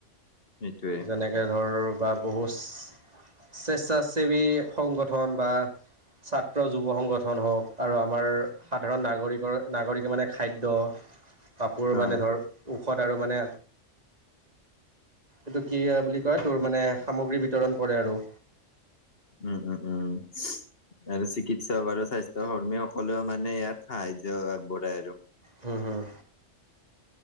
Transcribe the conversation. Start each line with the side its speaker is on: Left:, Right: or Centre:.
Left: সেইটোৱে
Right: যেনে এ ধৰ বা বহুচ স্বেচ্ছাসেৱী সংগঠন বা ছাত্ৰ যুৱ সংগ গঠন হওক আৰু আমাৰ সাধাৰণ নাগৰিকৰ নাগৰিকে মানে খাদ্য কাপোৰ
Left: অ
Right: মানে ধৰ ঔষধ আৰু মানে এইটো কি বুলি কয় তোৰ মানে সামগ্ৰী বিতৰণ কৰে আৰু।
Left: উম উম উম। আৰু চিকিৎসক আৰু স্বাস্থ্য কৰ্মী সকলেও মানে ইয়াত সাহাৰ্য্য আগবঢ়াই আৰু।
Right: হুম হুম।